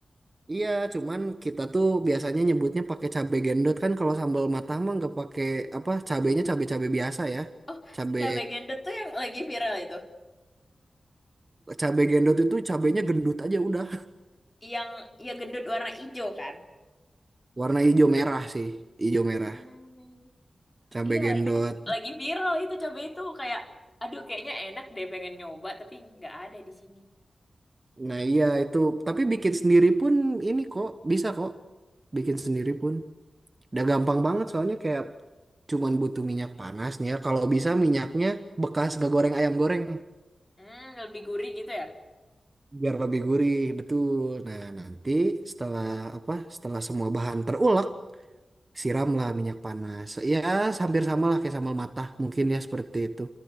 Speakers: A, on the right; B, on the left.
A: Iya, cuman kita tuh biasanya nyebutnya pakai cabe gendot kan kalau sambal mata mah nggak pakai apa cabenya cabe-cabe biasa ya.
B: Oh,
A: Cabe
B: cabai gendut tuh yang lagi viral itu.
A: cabe gendot itu cabenya gendut aja udah.
B: Yang ya gendut warna hijau kan?
A: Warna hijau merah sih, hijau merah.
B: Hmm,
A: Cabe
B: iya
A: gendot.
B: lagi tuh- lagi viral itu cabai itu kayak, aduh kayaknya enak deh pengen nyoba tapi nggak ada di sini.
A: Nah iya itu, tapi bikin sendiri pun ini kok bisa kok, bikin sendiri pun. Udah gampang banget soalnya kayak cuman butuh minyak panas nih ya. Kalau bisa minyaknya bekas gak goreng ayam goreng
B: Hmm, lebih gurih gitu ya?
A: biar lebih gurih betul. Nah nanti setelah apa? Setelah semua bahan terulek, siramlah minyak panas. Ya hampir sama lah kayak sambal matah mungkin ya seperti itu.